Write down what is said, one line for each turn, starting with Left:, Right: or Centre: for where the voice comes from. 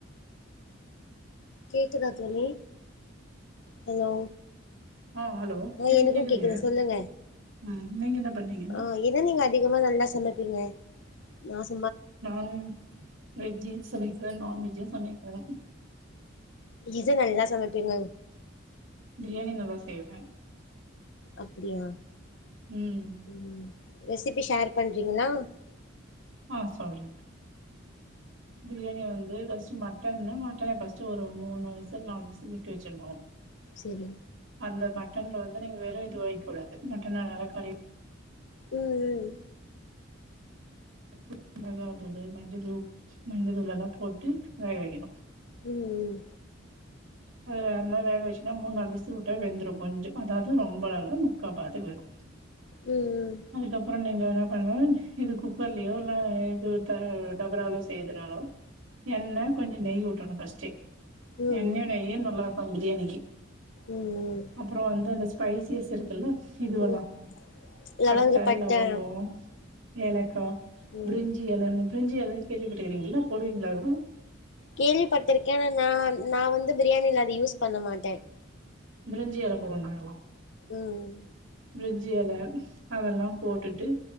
Left: கேக்குதா தோழி ஹலோ.
Right: ஆ ஹலோ
Left: ஆ
Right: எனக்கு
Left: எனக்கும்
Right: கேக்குதுங்க
Left: கேக்குது சொல்லுங்க.
Right: ம் நீங்க என்ன பண்ணீங்கன்னு
Left: ஆ எத நீங்க அதிகமா நல்லா சமைப்பீங்க மாஸ்.
Right: நானு வெஜ்ஜி சமைக்கிற நான் வெஜ்ஜே சமைக்கல
Left: எது நல்லா சமைப்பீங்க
Right: பிரியாணி நல்லா செய்வே
Left: அப்டியா
Right: ம்
Left: உம் ரெசிப்பி ஷேர் பண்றீங்ளா
Right: ஆஹ் சொல்றே பிரியாணி வந்து ஃபஸ்ட்டு மட்டன்னா மட்டன ஃபஸ்ட்டு ஒரு மூணு விசில் நாலு விசில் விட்டு வெச்சர்ணு
Left: செரி
Right: அந்த மட் மட்டன்ல வந்து நீங்க வெறு இது வெய்க் கூடாது மட்டன நல்லா கழுவி
Left: உம் உம்
Right: உப்பு மிளகா தூளு மஞ்ச தூள் மஞ்ச தூள் எல்லா போட்டு வேக வெக்கணு
Left: உம் உம்
Right: அது அந்த மார் வேக வெச்சின்னா மூண் நாலு விசில் விட்டாலே வெந்துடு கொஞ்சோ அதாவது ரொம்பல்லா இல்ல முக்கா பதத்துக் வேகு
Left: ம் ம்
Right: அதுக்கப்றோ நீங்க வேணா <unintelligible> இது குக்கர்லியோ இல்ல இது த டபரால செய்யர்துனாலோ எண்ண கொஞ்ச நெய் உட்றணு ஃபஸ்ட்டே
Left: ம்
Right: எண்ண
Left: ம்
Right: நெய்யு நல்லார் க்கு பிரியாணிக்கு
Left: ம்
Right: அப்பறோ வந்து அந்த ஸ் பைசியஸ் இருக்குல்ல இதுவெல்லா
Left: உம் லவங்கப்பட்ட
Right: பட்ட லவங்கோ ஏலக்கா
Left: ம்
Right: பிரிஞ்சி எல <unintelligible> பிரஞ்சி எல கேள்விப்பட்டுக்கறீங்களா போடுவீங்ளா அதெல்லா
Left: கேள்விப்பட்டுருக்கே ஆனா நா நா வந் து பிரியாணில அத யூஸ் பண்ண மாட்டே
Right: பிரிஞ்சி எல போடுவோ நாங்கெல்லா
Left: உம்
Right: பிரிஞ்சி எல அதெல்லா போட்டுட்டு